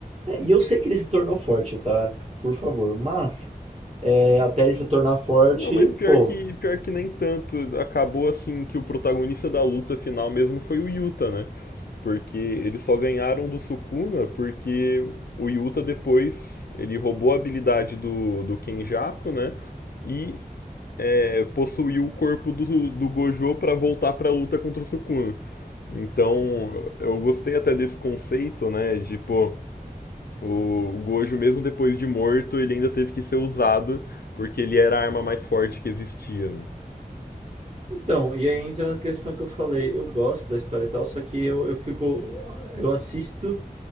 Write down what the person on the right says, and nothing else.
É, e eu sei que ele se tornou forte, tá? Por favor. Mas, é, até ele se tornar forte,
pô.
Então, e aí entra na questão que eu falei. Eu gosto da história e tal, só que eu, eu fico. Eu assisto.